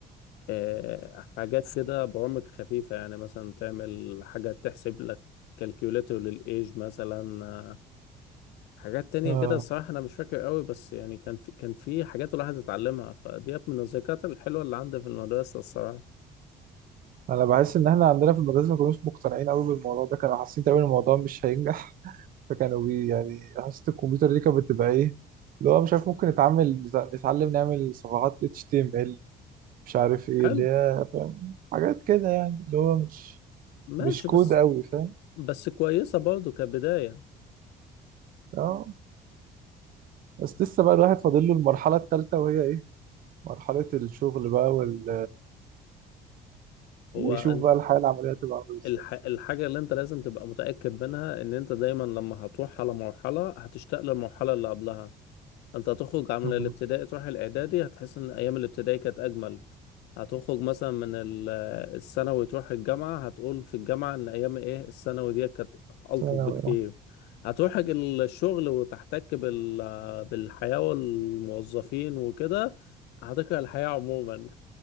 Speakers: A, on the left; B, on the right.
A: آه، حاجات كده برامج خفيفه يعني مثلا تعمل حاجه تحسب لك كالكيوليتر للايج مثلا آه، حاجات تانية
B: اه
A: كده الصراحة أنا مش فاكر قوي بس يعني كان في كان في حاجات الواحد اتعلمها فديت من الذكريات الحلوة اللي عندي في المدرسة الصراحة
B: انا بحس ان احنا عندنا في المدرسه ما كانوش مقتنعين قوي بالموضوع ده كانوا حاسين تقريبا الموضوع مش هينجح <laughs> فكانوا بي يعني حاسه الكمبيوتر دي كانت بتبقى ايه اللي هو مش عارف ممكن نتعامل نتع- نتعلم نعمل صفحات HTML مش عارف ايه
A: حلو
B: اللي هي فاهم حاجات كده يعني اللي هو مش
A: ماشي
B: مش كود
A: بس
B: قوي فاهم
A: بس كويسة برضه كبداية
B: اه بس لسه بقى الواحد فاضل له المرحله الثالثه وهي مرحلة الشغل بقى وال...
A: هو
B: ويشوف
A: انت
B: بقى الحياة العملية تبقى عاملة ازاي
A: الح... الحاجة اللي انت لازم تبقى متأكد منها ان انت دايما لما هتروح على مرحلة هتشتاق للمرحلة اللي قبلها انت هتخرج من
B: مم.
A: الابتدائي تروح الاعدادي هتحس ان ايام الابتدائي كانت اجمل هتخرج مثلا من ال- الثانوي تروح الجامعة هتقول في الجامعة ان ايام ايه الثانوي دي كانت الطف
B: ثانوي،
A: بكتير
B: آه.
A: هتروح الشغل وتحتك بال... بالحياة والموظفين وكده هتكره الحياة عموما